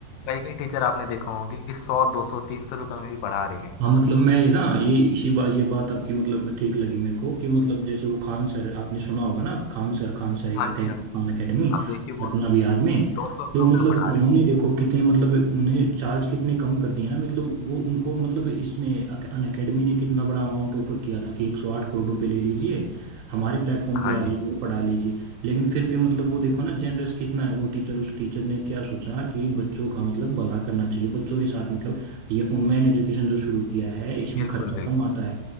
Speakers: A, on the left; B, on the right.
A: कई कई टीचर आपने देखा होंगे कि सौ दो सौ तीन सौ रुपये में भी पढ़ा रहे हैं
B: हाँ मतलब मैं ना ये इसी बात ये बात आपकी मतलब ठीक लगी मेरे को कि मतलब जैसे वो खान सर आपने सुना होगा ना खान सर खान सर एक
A: हाँ
B: अकेडमी
A: जी हाँ जी
B: खान अकेडमी
A: अब देखिए वो
B: पटना
A: सिर्फ
B: बिहार में
A: दो सौ
B: तो
A: रुपये
B: मतलब
A: पढ़ा
B: उन्होंने
A: रहे हैं
B: देखो कितने मतलब उन्हें चार्ज कितने कम कर दिए ना मतलब वो उनको मतलब इसने अन अकेडमी ने कितना बड़ा अमाउंट ऑफर किया था कि एक सौ आठ करोड़ रुपए ले लीजिए हमारे प्लेटफॉर्म
A: हाँ
B: पे आ
A: जी
B: जाइए और पढ़ा लीजिए लेकिन फिर भी मतलब वो देखो ना जेनरस कितना है वो टीचर उस टीचर ने क्या सोचा कि बच्चों का मतलब भला करना चाहिए बच्चों के साथ मतलब ये ऑनलाइन एजुकेशन जो शुरू किया है इसमें
A: बिल्कुल
B: खर्चा
A: बिल्कुल
B: कम आता है